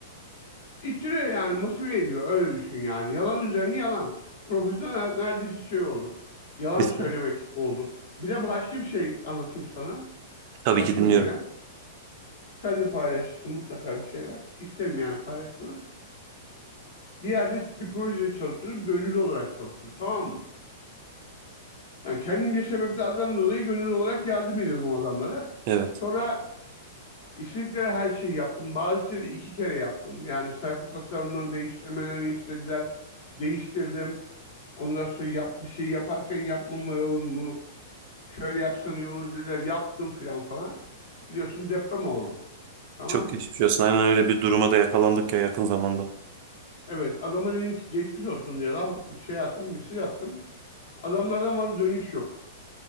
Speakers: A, on the left; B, on the right.
A: İttiriyor yani motive ediyor öyle düşün yani. Yalan üzerine yalan. Profesyonel hayat neredeyse şey oldu. Yalan
B: Kesin.
A: söylemek oldu. Bir de başka bir şey anlatayım sana.
B: Tabii
A: Başıma
B: ki dinliyorum.
A: gelen. Sen de paylaşırsın mutlaka bir şeyler. İsterim yani paylaşmanı. Bir yerde bir projede çalışıyordum. Gönüllü olarak çalışıyordum tamam mı? Yani kendimce sebeplerden dolayı gönüllü olarak yardım ediyordum o adamlara.
B: Evet.
A: Sonra istedikleri her şeyi yaptım. Bazı şeyleri iki kere yaptım. Yani sayfa tasarımlarını değiştirmemi istediler. Değiştirdim. Ondan sonra yap, bir şey yaparken yapmama olur mu? Şöyle yapsan iyi olur dediler. Yaptım filan falan. Biliyorsun deprem oldu. Tamam
B: Çok
A: mı?
B: geçmiş olsun. Aynen öyle bir duruma da yakalandık ya yakın zamanda.
A: Evet adama dedim ki geçmiş olsun diye lan bir şey attım, mesaj attım. Adamlardan bana dönüş yok.